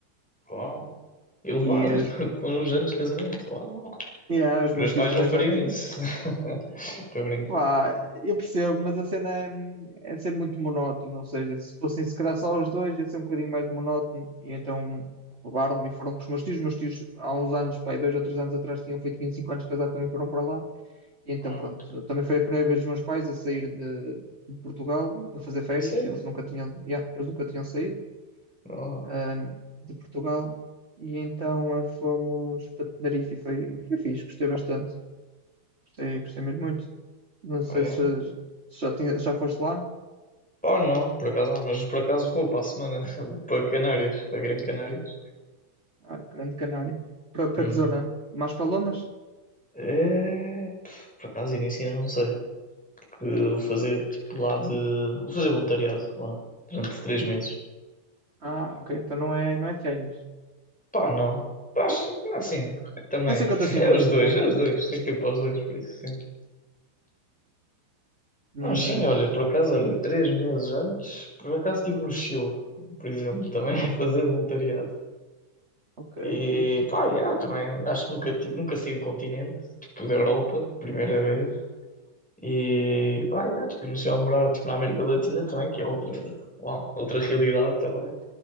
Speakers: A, in the centre; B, on the right.
A: Uau. E levaram-te
B: E, os-
A: <laughs> com com uns anos de casamento. Uau.
B: e ah, os
A: Meus
B: meus
A: pais
B: tios também
A: não fariam
B: já tinham.
A: isso. <laughs> Estou a brincar.
B: Pá, eu percebo, mas a cena é, é ser muito monótono. Ou seja, se fossem se calhar só os dois, ia ser um bocadinho mais monótono. E então levaram-me e foram com os meus tios. Os meus tios, há uns anos, pá, aí dois ou três anos atrás, tinham feito 25 anos casados, também foram para lá. E então,
A: Ah,
B: pronto, também foi a primeira vez dos meus pais a sair de, de Portugal para fazer férias.
A: é sério?
B: e Eles nunca tinham, yeah, eles nunca tinham saído.
A: Oh,
B: ahm, de Portugal e então ah, fomos para Tenerife e foi, foi fixe, gostei bastante, gostei, gostei mesmo muito. Não sei
A: oh, yeah.
B: se já, se já, tinha, já foste lá,
A: Oh, não, por acaso não, mas por acaso vou para a semana <laughs> para Canárias, para Grande Canárias.
B: ah, Grande Canária. Para, para
A: Uhum.
B: que zona? Mais para Lomas?
A: É, pff, por acaso início eu não sei. Que eu vou fazer tipo lá de. Vou fazer voluntariado lá durante três meses.
B: Ah, ok, então não é, não é férias.
A: Pá, não. Acho que assim, também.
B: É um cinquenta
A: <laughs>
B: a cinquenta
A: É os dois,
B: né?
A: é os dois. Tem que ter para os dois, por isso.
B: Mas,
A: Não, sim, olha, por acaso, olha, três meses antes, por acaso estive no Chile, por exemplo, também <laughs> a fazer voluntariado.
B: ok,
A: E
B: fixe.
A: pá, yeah, também acho que nunca, tive, nunca saí do continente, tipo da Europa, primeira vez. E pá, yeah, tipo, iniciei a morar tipo, na América Latina também, que é outra, uau, outra realidade também.